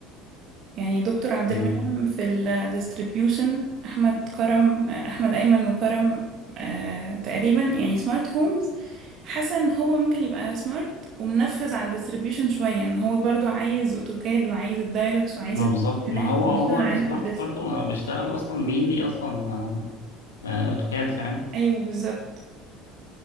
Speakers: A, on the right; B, on the left.
A: يعني دكتور عبد
B: مم.
A: المنعم في الديستريبيوشن احمد كرم احمد ايمن وكرم آه تقريبا يعني سمارت هومز حاسه ان هو ممكن يبقى سمارت ومنفذ على الديستريبيوشن شويه ان هو برضو عايز اوتوكاد وعايز الدايلوكس وعايز
B: ما
A: البرامج
B: بالظبط
A: اللي
B: ما
A: احنا
B: هو
A: بنشتغل
B: هو
A: عليها
B: السمارت
A: في الديست
B: برضه بيشتغل أصلا مين ليه أصلا آه، آه، أوتوكاد فاهم؟
A: ايوه بالظبط